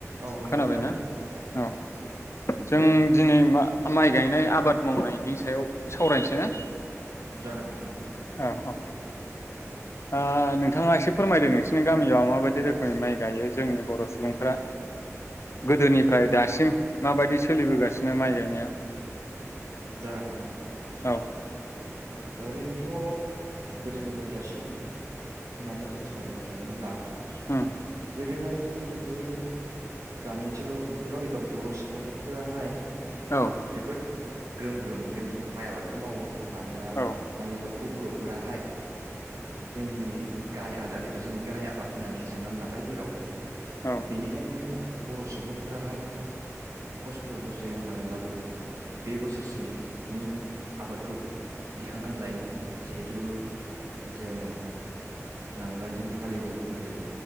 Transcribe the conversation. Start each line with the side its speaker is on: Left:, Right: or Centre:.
Right: औ नोंथां
Left: खोनाबायना
Right: खोनादों
Left: औ जों दिनै मा माइ गायनाय आबाद मावनायनि सायाव सावरायनोसै ना
Right: जागोन नोंथां
Left: औ औ नोंथाङा एसे फोरमायदो नोंसिनि गामियाव माबायदि रोखोमनि माइ गायो जोंनि बर' सुबुंफ्रा गोदोनिफ्राय दासिम माबायदि सोलिबोगासिनो माइ गायनाया
Right: जागोन नोंथां
Left: औ
Right: ओरैनोथ' गोदोनिफ्राय दासिम होननानै जों सावरायनो थाङोब्ला
Left: हुम
Right: गोदोहाय जोंनि गामि ओनसोलावफोराव एबा बर' सुबुंफोराहाय
Left: औ
Right: जोबोद ग्रोम ग्रोमैनो माइ आबादखौ मावो मानोना
Left: औ
Right: माइ आबाद खौ बर'फोराहाय जोंनि गाहाय आदार एबा जोंनि गाहाय आबाद होननानै हाय साननानै लाखायो जेराव
Left: औ
Right: बेनिखायनो बर' सुबुंफोराहाय खस्थ' मस्थ' सयै मावनानैब्लाबो बे बोसोरसे नि आबादखौ दिखांनानै लायोमोन जिहेथु जों नांगोलजों हालेवोमोन गोदो